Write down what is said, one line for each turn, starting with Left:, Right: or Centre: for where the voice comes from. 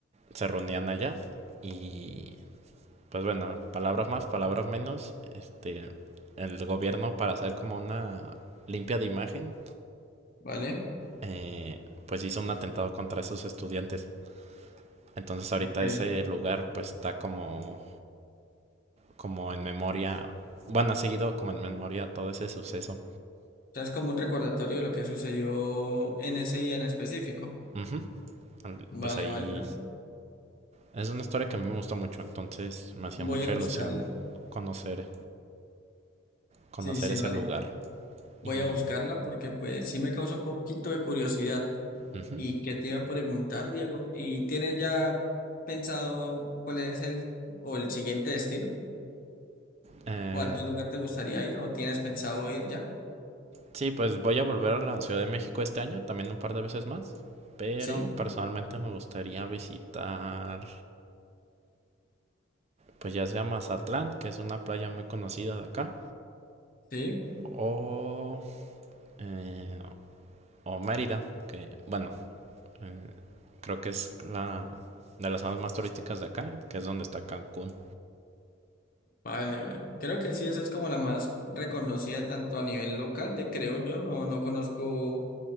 Right: se reunían allá y pues bueno, palabras más, palabras menos, este, el gobierno para hacer como una limpia de imagen,
Left: vale.
Right: eh, pues hizo un atentado contra esos estudiantes. Entonces ahorita
Left: Ok.
Right: ese
Left: O
Right: lugar pues está como, como en memoria, bueno, ha seguido como en memoria todo ese suceso.
Left: sea, es como un recordatorio de lo que sucedió en ese día en específico.
Right: Ujú. Al-
Left: Vale,
Right: Pues ahí
Left: vale, vale.
Right: es una historia que a mí me gusta mucho, entonces me hacía
Left: Voy
Right: mucha
Left: a buscarla.
Right: ilusión conocer, conocer
Left: Sí, sí,
Right: ese
Left: vale.
Right: lugar.
Left: Voy
Right: Y...
Left: a buscarla porque pues sí me causa un poquito de curiosidad.
Right: ujú.
Left: ¿Y qué te iba a preguntar, Diego? ¿Y tienes ya pensado cuál es el o el siguiente destino?
Right: Eh,
Left: ¿O a qué lugar te gustaría ir? ¿O tienes pensado ir ya?
Right: sí, pues voy a volver a la Ciudad de México este año, también un par de veces más. Pero
Left: Sí,
Right: personalmente me gustaría visitar, pues ya sea Mazatlán, que es una playa muy conocida de acá,
Left: sí.
Right: o, eh, o Mérida, que bueno, eh, creo que es la de las zonas más turísticas de acá, que es donde está Cancún.
Left: Vale, vale. Creo que sí, esa es como la más reconocida tanto a nivel local, de creo yo. No, no conozco